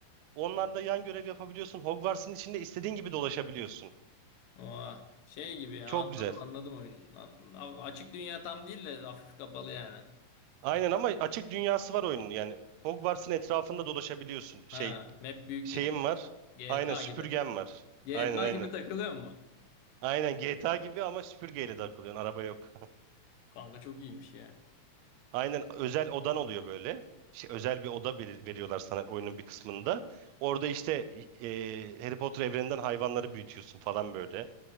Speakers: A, on the right (about 85°); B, on the left (about 75°).
A: Onlarla yan görev yapabiliyorsun. Hogwarts'ın içinde istediğin gibi dolaşabiliyorsun.
B: Oha. Şey gibi ya
A: Çok
B: anladım
A: güzel.
B: anladım oyunu. A- Açık dünya tam değil de hafif kapalı yani.
A: Aynen
B: İyi.
A: ama açık dünyası var oyunun. Yani Hogwarts'ın etrafında dolaşabiliyorsun.
B: Ha
A: Şey
B: map büyük
A: şeyim
B: yine.
A: var.
B: GTA
A: Aynen süpürgem
B: gibi.
A: var.
B: GTA
A: Aynen aynen.
B: gibi takılıyor mu?
A: Aynen GTA gibi ama süpürgeyle takılıyorsun. Araba yok. <laughs>
B: Kanka çok iyiymiş ya.
A: Aynen özel odan oluyor böyle. Şey, özel bir oda veri- veriyorlar sana oyunun bir kısmında. Orada işte e, Harry Potter evreninden hayvanları büyütüyorsun falan böyle.